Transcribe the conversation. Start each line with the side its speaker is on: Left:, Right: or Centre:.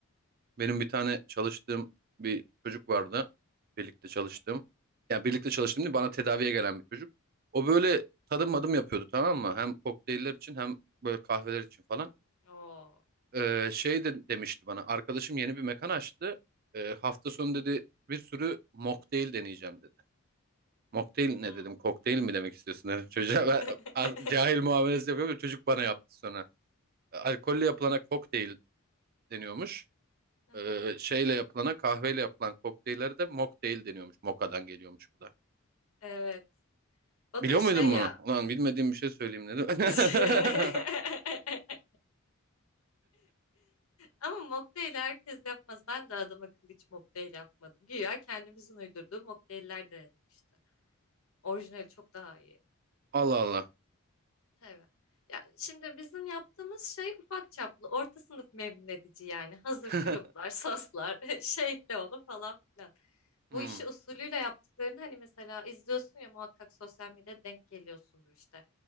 Right: Benim bir tane çalıştığım bir çocuk vardı. Birlikte çalıştığım. Yani birlikte çalıştığım değil, bana tedaviye gelen bir çocuk. O böyle tadım madım yapıyordu tamam mı? Hem kokteyller için hem böyle kahveler için falan.
Left: Oo.
Right: Ee, şey de demişti bana. Arkadaşım yeni bir mekan açtı. Ee, hafta sonu dedi bir sürü mocktail deneyeceğim dedi. Mocktail ne
Left: Hı.
Right: dedim? Kokteyl mi demek istiyorsun <laughs> dedim çocuğa.
Left: <laughs>
Right: Ben, az- cahil muamelesi yapıyorum. Çocuk bana yaptı sonra. Alkolle yapılana kokteyl deniyormuş.
Left: Aha,
Right: Ee, şeyle yapılana kahveyle yapılan kokteyllere de mocktail deniyormuş. Mokka'dan geliyormuş bu da.
Left: Evet. O
Right: Biliyor
Left: da şey
Right: muydun bunu?
Left: ya.
Right: Ulan bilmediğim bir şey söyleyeyim dedim.
Left: <laughs>
Right: <laughs>
Left: Ama mocktail herkes yapmaz. Ben de adam akıllı hiç mocktail yapmadım. Güya kendimizin uydurduğu mocktailler denedim işte. Orijinali çok daha iyi.
Right: Allah Allah.
Left: Evet. Yani şimdi bizim yaptığımız şey ufak çaplı, orta sınıf memnun edici yani. Hazır
Right: <laughs>
Left: şuruplar, soslar, <laughs> şey ekle onu falan filan. Bu
Right: Hmm,
Left: işi usulüyle yaptıklarını hani mesela izliyorsun ya muhakkak sosyal medyada denk geliyorsundur işte.